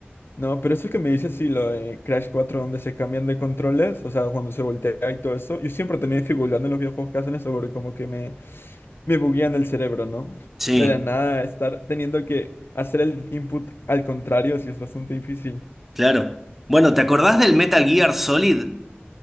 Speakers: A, on the left; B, in the centre.
A: No, pero eso que me dices, sí, lo de Crash 4, donde se cambian de controles, o sea, cuando se voltea y todo eso, yo siempre tenía dificultad en los videojuegos que hacen eso, porque como que me, me buguean el cerebro, ¿no?
B: Sí,
A: De la nada, estar teniendo que hacer el input al contrario, sí es bastante difícil.
B: claro. Bueno, ¿te acordás del Metal Gear Solid?